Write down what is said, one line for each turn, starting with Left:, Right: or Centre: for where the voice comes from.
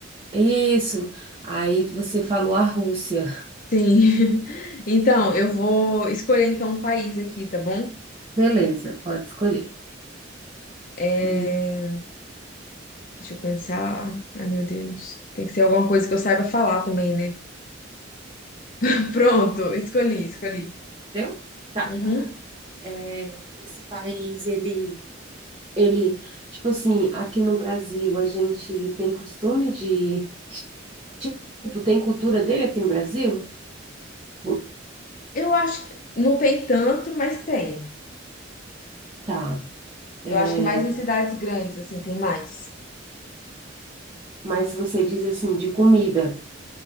Right: Isso. Aí você falou a Rússia.
Left: Sim. <laughs> Então, eu vou escolher então um país aqui, tá bom?
Right: Beleza, pode escolher.
Left: É,
Right: Hum.
Left: Deixa eu pensar. Ai, meu Deus. Tem que ser alguma coisa que eu saiba falar também, né? <laughs> Pronto, escolhi, escolhi.
Right: Entendeu? Tá.
Left: Uhum.
Right: É, Esse país, ele, ele, tipo assim, aqui no Brasil a gente tem costume de, tipo, tem cultura dele aqui no Brasil? Cu-
Left: Eu acho que não tem tanto, mas tem.
Right: Tá. É,
Left: Eu acho que mais em cidades grandes, assim, tem mais.
Right: mas você diz assim, de comida,